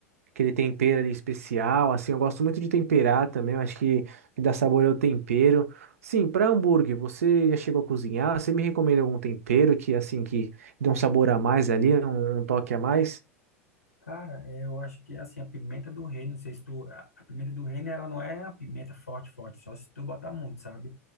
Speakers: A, on the right; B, on the left.
A: aquele tempero ali especial. Assim, eu gosto muito de temperar também. Eu acho que, que dá sabor ao tempero. Sim, para hambúrguer, você já chegou a cozinhar? Você me recomenda algum tempero que, assim, que dê um sabor a mais ali, um um toque a mais?
B: Cara, é, eu acho que assim, a pimenta do reino, não sei se tu. A, a pimenta do reino, ela não é a pimenta forte, forte, só se tu botar muito, sabe?